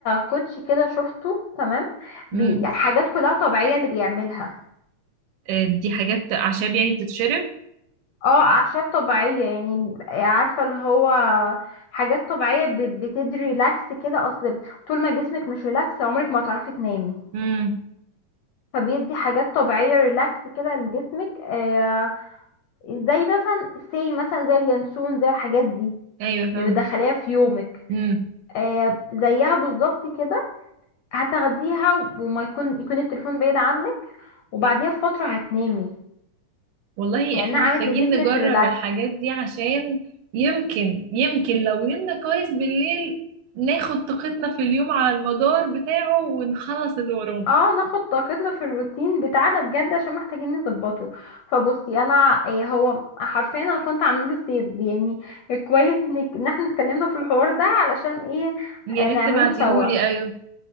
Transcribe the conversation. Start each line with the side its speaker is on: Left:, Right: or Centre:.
Left: كوتش كده شفته تمام
Right: امم
Left: بي حاجات كلها طبيعيه اللي بيعملها
Right: آه، دي حاجات اعشاب يعني بتتشرب
Left: اه اعشاب طبيعيه يعني عارفه اللي هو حاجات طبيعيه ب- بتدي ريلاكس كده اصل طول ما جسمك مش ريلاكس عمرك ما هتعرفي تنامي
Right: امم
Left: فبيدي حاجات طبيعيه ريلاكس كده لجسمك آه، زي مثلا سي مثلا زي اليانسون زي الحاجات دي
Right: ايوه فاهم
Left: اللي بتدخليها في يومك
Right: امم
Left: آه، زيها بالظبط كده هتاخديها وما يكون يكون التليفون بعيد عنك وبعديها بفترة هتنامي
Right: والله
Left: لأنها
Right: احنا محتاجين
Left: عملت لجسمك
Right: نجرب
Left: ريلاكس
Right: الحاجات دي عشان يمكن يمكن لو نمنا كويس بالليل ناخد طاقتنا في اليوم على المدار بتاعه ونخلص اللي ورانا
Left: اه ناخد طاقتنا في الروتين بتاعنا بجد عشان محتاجين نظبطه فبصي انا إيه هو حرفيا انا كنت عامله له سيف يعني كويس انك ان احنا اتكلمنا في الحوار ده علشان ايه
Right: يا
Left: آه،
Right: ريت
Left: نعمله
Right: تبعتيهولي
Left: سوا
Right: ايوه